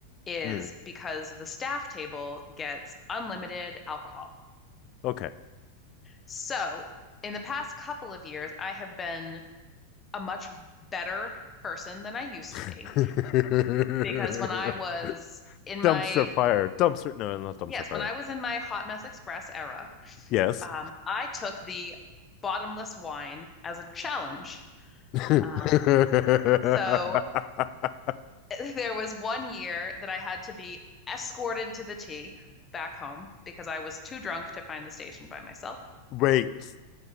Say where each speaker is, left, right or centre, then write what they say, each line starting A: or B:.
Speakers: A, on the left; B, on the left.
A: is
B: Mm,
A: because the staff table gets unlimited alcohol.
B: okay.
A: So, in the past couple of years, I have been a much better person than I used
B: <laughs>
A: to be because when I was in my
B: dumpster fire. Dumpster. No, not dumpster
A: Yes,
B: fire.
A: when I was in my Hot Mess Express era,
B: Yes.
A: um, I took the bottomless wine as a challenge.
B: <laughs>
A: Um, so <laughs> there was one year that I had to be escorted to the tea back home because I was too drunk to find the station by myself.
B: Wait.